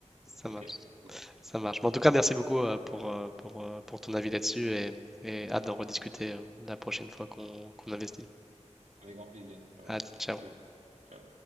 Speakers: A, in the centre; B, on the right.
A: Ça
B: Ok,
A: marche.
B: cool.
A: Ça marche. Mais en tout cas, merci beaucoup euh, pour, euh, pour, euh, pour ton avis là-dessus et, et hâte d'en rediscuter euh, la prochaine fois qu'on qu'on investit.
B: Avec grand plaisir, ça va.
A: Ah, ciao.
B: Cool. Ciao.